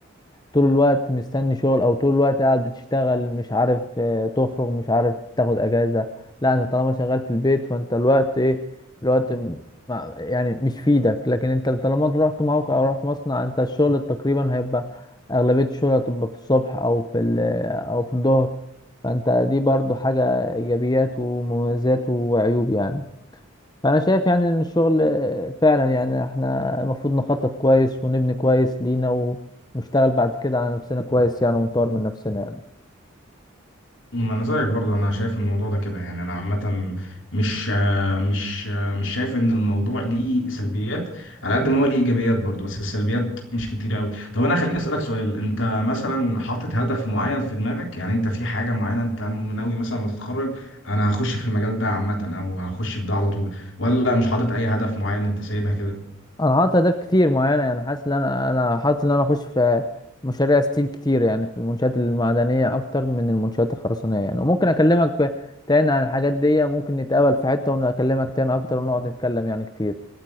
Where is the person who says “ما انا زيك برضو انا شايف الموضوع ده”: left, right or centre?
Left